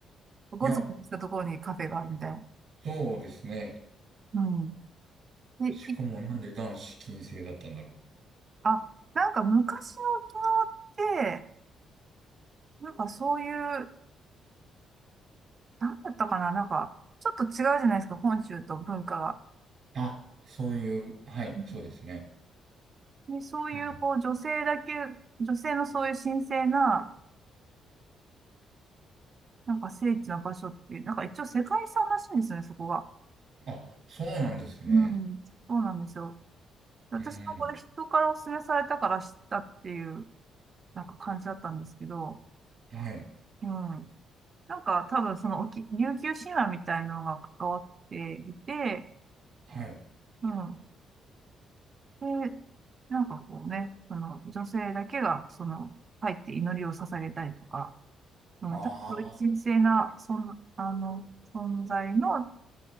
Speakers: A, on the right (about 40°); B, on the right (about 65°).
A: ごつごつしたところにカフェがあるみたいな。
B: いや、そうですね。
A: うん。え、
B: しかもなんで男子禁制だったんだろう。
A: いあ、なんか昔の沖縄って、なんかそういう、なんだったかな、なんか、ちょっと違うじゃないですか、本州と文化が。
B: あ、そういう、はい、
A: うん
B: そうですね。
A: で、そういう、
B: うん。
A: こう、女性だけ、女性のそういう神聖な、なんか聖地の場所っていう、なんか一応世界遺産らしいんですよね、そこが。
B: あ、そうなんですね。
A: うん、そうなんですよ。私もこれ人からお勧めされたから知ったっていう、
B: うん。
A: なんか感じだったんですけど、
B: はい、
A: うん。なんか多分その沖、琉球神話みたいなのが関わっていて、
B: はい。
A: うん。で、なんかこうね、その女性だけが、その、入って祈りを捧げたりとか、うん、
B: ああ、
A: 多分神聖な、そん、あの、存在の